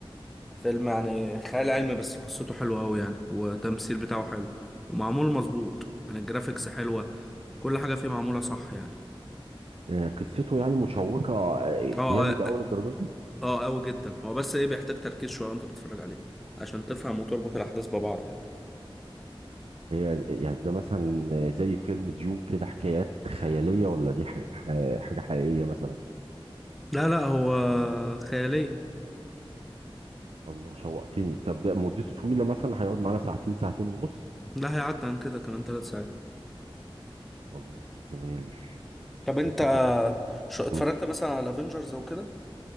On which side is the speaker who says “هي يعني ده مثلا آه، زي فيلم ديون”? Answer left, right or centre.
Right